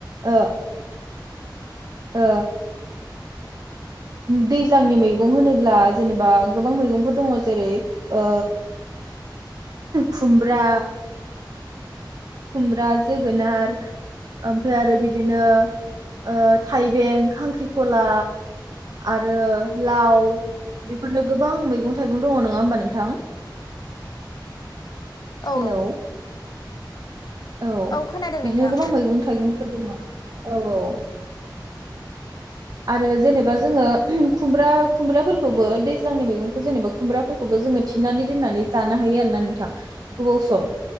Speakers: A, on the right; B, on the left.
A: ओ ओ दैज्लांनि मैगं होनोब्ला जेनेबा गोबां मैगंफोर दङ जेरै ओ खुमब्रा खुमब्रा जोगोनार ओमफ्राय आरो बिदिनो ओ थाइबें खांख्रिखला आरो लाव बेफोरनो गो गोबां मैगं थाइगं दङ नङा होमबा नोंथां
B: औ
A: हेलौ
B: औ
A: औ
B: खोनादों
A: बिदिनो
B: नोंथां
A: गोबां मैगं थाइगंफोर दङ औ औ आरो जेनेबा जोंङो खुमब्रा खुमब्राफोरखौबो दैज्लांनि मैगंखौ जेनेबा खुमब्राफोरखौबो जोंङो थिनानै दोननानै जानो हायो आरो ना नोंथां गोबाव सम